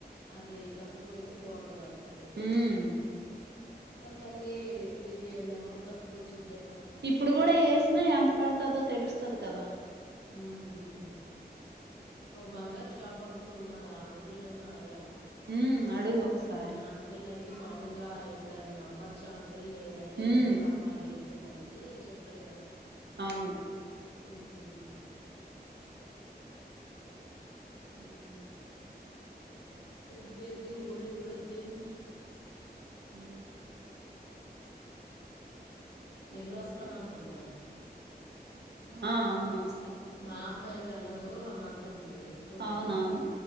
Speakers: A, on the left; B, on the right.
A: అది తక్కువైతే బావుంటదం ట దయితే
B: ఉమ్
A: ఆ మళ్ళీ ఇది ఏమన్న అమౌంట్ తక్కువచ్చిద్దే
B: ఇప్పుడు గుడా ఏసినా ఎంత పడ్తదో తెలుస్ స్తది కదా
A: హ్మ్ మ్ ఓ బంగార్ షాప్ అంకుల్ ఉంన్నాడా ఆ అంకుల్నైనా అడగాల
B: హ్మ్ అడుగు ఒకసారి
A: ఆ అంకుల్నడిగి మా ములుగా ఇప్పుడేమన్నా అమ్మచ్చా లేదంటే
B: ఉమ్
A: ఎప్పుడమ్మాలి ఏ నడిగితే చెప్తడు కదా
B: అవును
A: ఉమ్
B: మ్మ్
A: ఇంకేటి ఊరెప్పుడొచ్చేది
B: హూ
A: చెల్లోస్తానంటంది
B: అడిగితే
A: గా
B: ఆ అవును వస్తానంటుంది
A: మా అమ్మ ఏవీ ఆళ్ల ఓహ్ అన ంది పొద్దున్న
B: అవునవును